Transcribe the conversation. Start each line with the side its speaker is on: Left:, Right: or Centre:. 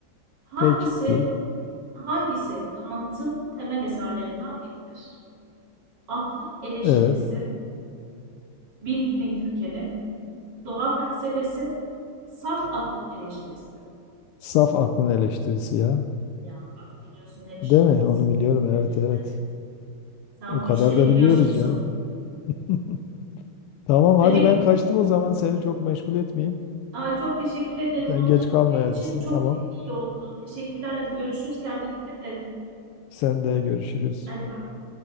Right: Hangisi,
Left: Peki.
Right: hangisi Kant'ın temel eserlerinden biridir? Aklın eleştirisi,
Left: Evet.
Right: bilginin kökeni, doğa felsefesi, saf aklın eleştirisi.
Left: Saf aklın eleştirisi ya.
Right: Ya bak biliyorsun demiştim
Left: Değil mi?
Right: kesin.
Left: Onu biliyorum.
Right: Kesin
Left: Evet
Right: demiştim
Left: evet.
Right: evet. Sen
Left: O
Right: bu
Left: kadar
Right: işleri
Left: da
Right: biliyorsun
Left: biliyoruz
Right: Yusuf.
Left: canım. <laughs> Tamam hadi
Right: Demek
Left: ben kaçtım o zaman seni çok meşgul etmeyeyim.
Right: Aa, çok teşekkür ederim.
Left: Sen
Right: Vallahi
Left: geç kalmayasın.
Right: bu oyun için çok
Left: Tamam.
Right: iyi oldu. Teşekkürler. Hadi görüşürüz. Kendine dikkat et.
Left: Sen de görüşürüz.
Right: Hadi bay bay.